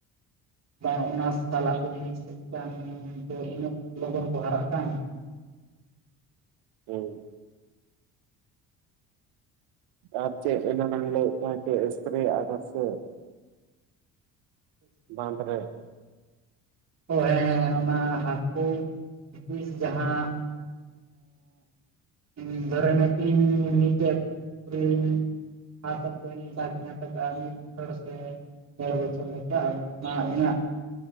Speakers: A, on the right (about 40°); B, on the right (about 75°).
A: ᱚᱱᱟ ᱚᱱᱟ ᱥᱟᱞᱟ ᱠᱚ <unintelligible> ᱠᱟᱱ ᱤᱱᱟᱹᱜ ᱞᱚᱜᱚᱱ ᱠᱚ ᱦᱟᱨᱟᱜ ᱠᱟᱱ ᱾
B: ᱦᱩᱸ ᱾ ᱟᱨ ᱪᱮᱫ ᱮᱱᱟᱱ ᱮᱢ ᱞᱟᱹᱭ ᱠᱟᱱᱟ ᱪᱮᱫ ᱮᱥᱯᱨᱮᱭᱟᱜ ᱠᱚ ᱥᱮᱪᱮᱫ?
A: <inaudible>
B: ᱵᱟᱸᱫᱷ ᱨᱮ
A: ᱚ ᱦᱮᱸ ᱦᱮᱸ ᱚᱱᱟ ᱦᱟᱹᱠᱩ ᱵᱤᱥ ᱡᱟᱦᱟᱸ ᱮᱸᱜᱻ ᱫᱷᱚᱨᱮ <unintelligible> ᱢᱤᱫᱴᱮᱡ ᱯᱩᱠᱷᱨᱤ <inaudible> ᱢᱤᱫ ᱵᱚᱪᱷᱚᱨ ᱥᱮ ᱰᱮᱨ ᱵᱚᱪᱷᱚᱨ ᱞᱮᱠᱟ? ᱟᱫᱚ ᱚᱱᱟ ᱤᱧᱟᱹᱜ